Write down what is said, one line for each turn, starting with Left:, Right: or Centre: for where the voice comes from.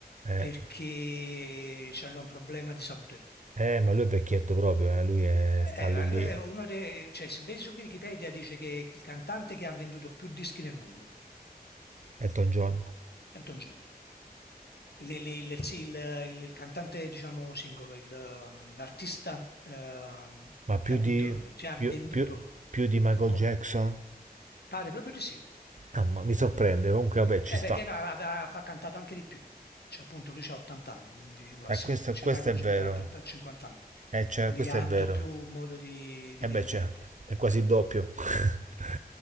Right: Eh,
Left: perché aveva un problema di salute.
Right: eh, ma lui è vecchietto proprio, eh. Lui è, sta
Left: Eh,
Right: lì
Left: ma lui
Right: lì.
Left: è uno dei, cioè, se vedi su Wikipedia dice che è il cantante che ha venduto più dischi nel mondo,
Right: Elton John.
Left: Elton John. Il, il- il- sì, il- il- il cantante, diciamo, singolo, il- l'artista eh,
Right: Ma più
Left: che ha vinto,
Right: di...
Left: cioè, ha
Right: più,
Left: venduto
Right: più, più di Michael
Left: più copie.
Right: Jackson?
Left: Pare proprio di sì.
Right: Mamma, mi sorprende. Comunque, vabbè, ci
Left: Eh, eh,
Right: sta.
Left: perché no, aveva, ha cantato anche di più. Cioè, appunto, lui c'ha 80 anni, quindi quasi.
Right: Eh, questo,
Left: Cioè,
Right: questo
Left: Michael
Right: è
Left: Gambetta
Right: vero.
Left: ha 50 anni,
Right: Eh, cioè,
Left: quindi
Right: questo
Left: che ha
Right: è
Left: avuto
Right: vero.
Left: più modo di, di
Right: E eh,
Left: vendere.
Right: beh, c'è. È quasi il doppio. <laughs>